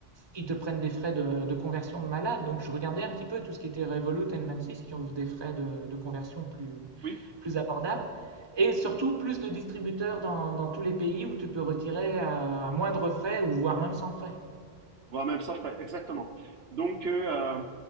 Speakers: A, on the right; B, on the right.
A: ils te prennent des frais de, de conversion de malade. Donc, je regardais un petit peu tout ce qui était Revolut, N26 qui ont des frais de, de conversion plus,
B: oui.
A: plus abordables et surtout plus de distributeurs dans, dans tous les pays où tu peux retirer à, à moindre frais ou voire même sans frais.
B: voire même sans frais, exactement. Donc, euh,